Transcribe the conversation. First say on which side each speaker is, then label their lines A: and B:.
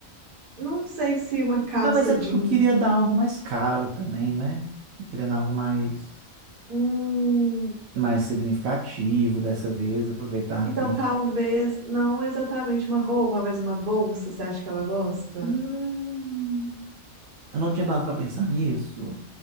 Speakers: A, on the right (about 45°); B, on the right (about 80°).
A: não sei se uma calça
B: Ah, mas é porque
A: jeans.
B: eu queria dar algo mais caro também, né? Eu queria dar algo mais,
A: Hum,
B: mais significativo dessa vez, aproveitar
A: então
B: que.
A: talvez não exatamente uma roupa, mas uma bolsa, você acha que ela gosta?
B: Hum. Eu não tinha parado pra pensar nisso.